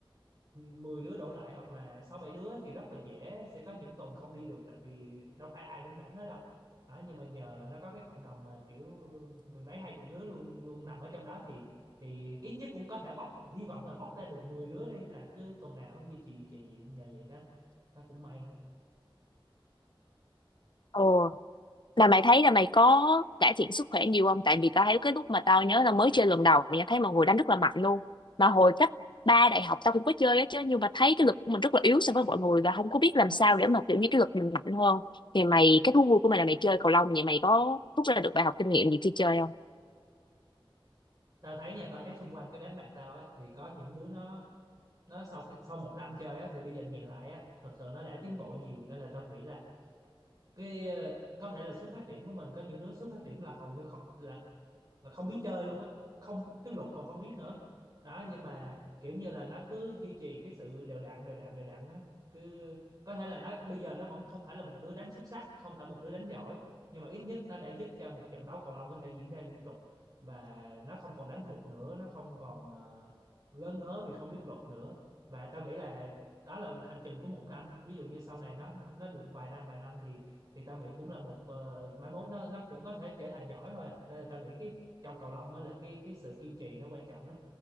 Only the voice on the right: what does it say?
10 đứa đổ lại hoặc là 6 7 đứa thì rất là dễ sẽ có những tuần không đi được tại vì đâu phải ai cũng rảnh hết đâu. Đó, nhưng mà nhờ là nó có cái cộng đồng mà kiểu mười mấy hai chục đứa luôn luôn nằm ở trong đó thì thì ít nhất cũng có thể bóc hy vọng là bóc ra được 10 đứa đi là cứ tuần nào nó cũng duy trì trì nhờ vậy đó nó cũng may
tao thấy nha tao thấy xung quanh cái đám bạn tao á thì có những đứa nó nó sau khi, sau một năm chơi á thì bây giờ nhìn lại á thật sự nó đã tiến bộ nhiều nên là tao nghĩ là cái ờ, có thể là xuất phát điểm của mình có những đứa xuất phát điểm là hầu như không là là không biết chơi luôn á không cái luật còn không biết nữa đó nhưng mà kiểu như là nó cứ duy trì cái sự đều đặn đều đặn đều đặn á cứ có thể là nó bây giờ nó vẫn không phải là một đứa đánh xuất sắc không phải một đứa đánh giỏi nhưng mà ít nhất nó đã giúp cho một trận đấu cầu lông có thể diễn ra liên tục và nó không còn đánh hụt nữa nó không còn ờ, ngớ ngớ vì không biết luật nữa và tao nghĩ là đó là hành trình của một năm ví dụ như sau này nó nó được vài năm vài năm thì thì tao nghĩ cũng là một ờ, mai mốt nó nó cũng có thể trở thành giỏi thôi à nên là tao nghĩ cái trong cầu lông á là cái cái sự kiên trì nó quan trọng lắm